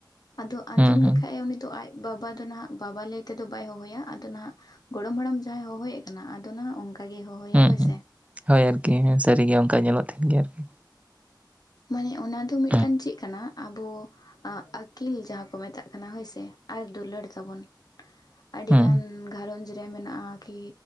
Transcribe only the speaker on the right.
ᱦᱩᱸ, ᱦᱩᱸ,
ᱦᱩᱸ,
ᱦᱩᱸ,
ᱦᱳᱭ ᱟᱨᱠᱤ, ᱦᱮᱸ ᱥᱟᱹᱨᱤᱜᱮ ᱚᱱᱠᱟ ᱧᱮᱞᱚᱜ ᱛᱟᱦᱮᱱ ᱜᱮᱭᱟ ᱟᱨᱠᱤ᱾
ᱦᱩᱸ,
ᱦᱩᱸ,